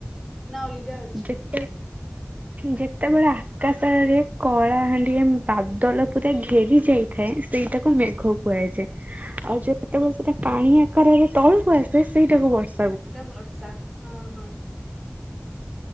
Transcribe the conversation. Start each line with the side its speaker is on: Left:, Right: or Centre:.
Centre: ନା ଅଲଗା ଅଛି।
Right: ଯେତେ
Centre: ହ
Right: ଯେତେବେଳେ ଆକାଶ ରେ କଳାହାଣ୍ଡିଆ ବାଦଲ ପୁରା ଘେରି ଯାଇଥାଏ ସେ ସେଇଟାକୁ ମେଘ କୁହାଯାଏ, ଆଉ ଯେତେବେଳେ ସେଟା ପାଣି
Centre: ହଁ
Right: ଆକାରରେ ତଳକୁ ଆସେ ସେଇଟାକୁ ବର୍ସ
Centre: ସେଟା ବର୍ଷା ହଁ ହଁ।